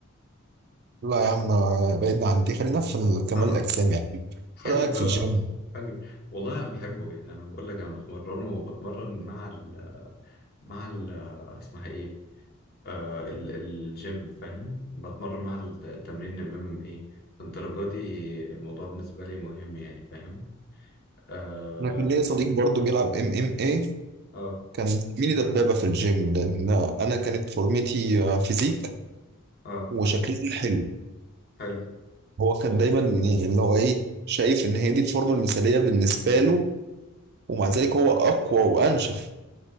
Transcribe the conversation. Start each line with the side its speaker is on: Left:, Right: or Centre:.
Right: لا يا عم آه، بعيدنا عن دي خلينا في كمال
Left: <laughs>
Right: الأجسام يعني إيه
Left: حلو
Right: رأيك في
Left: اه
Right: الجيم؟
Left: حلو والله انا بحبه يعني انا بقول لك انا بتمرنه وبتمرن مع مع ال اسمها ايه آه ال الجيم فاهم بتمرن مع التمرين امام ايه الدرجة دي الموضوع بالنسبة لي مهم يعني فاهم اه
Right: أنا كان ليا صديق برضه بيلعب إم إم إيه
Left: اه
Right: كان زميلي دبابة في الجيم لأن أنا كانت فورمتي آه، فيزيك
Left: اه
Right: وشكلي حلو
Left: حلو
Right: هو كان دايما يعني اللي هو إيه شايف إن هي دي الفورمة المثالية بالنسبة له ومع ذلك هو أقوى وأنشف